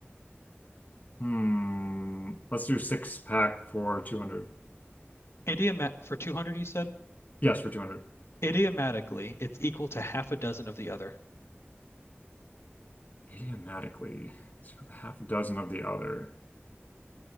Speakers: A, on the left; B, on the left.
A: Hmm. Let's do six pack for 200.
B: Idioma for 200, you said?
A: Yes, for 200.
B: Idiomatically, it's equal to half a dozen of the other.
A: Idiomatically. Let's go with a half dozen of the other.